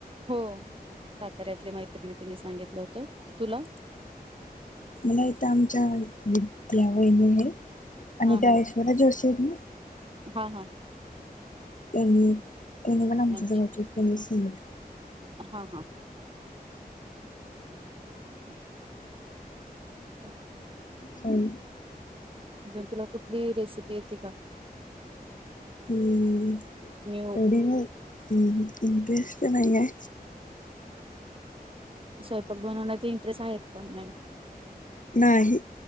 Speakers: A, on the right; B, on the left.
A: हो साताऱ्यातली मैत्रिणी तिने सांगितलं होत तुला.
B: मला इथ आमच्या त्या वहिणी आहेत आणि
A: हा
B: त्या
A: हा
B: ऐश्वररा जोशी आहेत ना.
A: हा हां.
B: त्यांनी त्यांनी पण आमच्या
A: अच्छा
B: जवळचे त्यांनी सांगित.
A: हा. हम. ह.
B: सई.
A: अजून तुला कुठली रेसिपी येते का.
B: हम्
A: न्यू
B: एवडी नाही इंटरेस्ट नाहीये.
A: स्वयंपाक बनवण्याचा इंटरेस्ट आहेत का नाही.
B: नाही